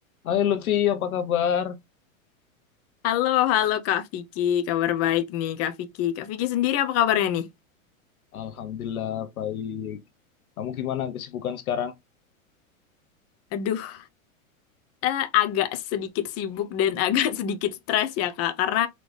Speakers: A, on the left; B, on the left.
A: Hai Lutfi, apa kabar?
B: Halo, halo Kak Vicky. Kabar baik nih Kak Vicky. Kak Vicky sendiri apa kabarnya nih?
A: Alhamdulillah baik. Kamu gimana kesibukan sekarang?
B: Aduh, eh, agak sedikit sibuk dan <laughs> agak sedikit stres ya Kak. Karena